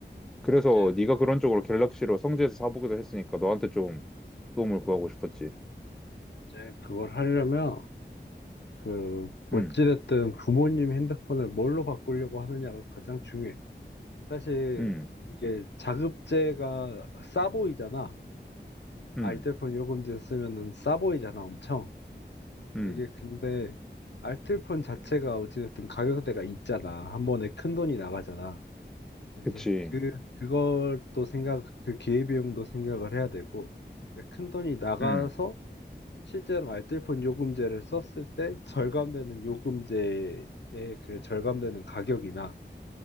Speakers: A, in the centre; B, on the left (about 70°).
A: 그래서
B: 이제,
A: 네가 그런 쪽으로 갤럭시로 성지에서 사보기도 했으니까 너한테 좀 도움을 구하고 싶었지.
B: 이제 그걸 하려면, 그, 어찌됐든
A: 음,
B: 부모님 핸드폰을 뭘로 바꾸려고 하느냐가 가장 중요해. 사실,
A: 음,
B: 이게 자급제가 싸 보이잖아.
A: 음,
B: 알뜰폰 요금제 쓰면은 싸 보이잖아, 엄청.
A: 음,
B: 이게 근데, 알뜰폰 자체가 어찌됐든 가격대가 있잖아. 한 번에 큰 돈이 나가잖아.
A: 그치.
B: 이제 그 그것도 생각 그 기회비용도 생각을 해야 되고 이제 큰 돈이 나가서
A: 음,
B: 실제로 알뜰폰 요금제를 썼을 때 절감되는 요금제의 그 절감되는 가격이나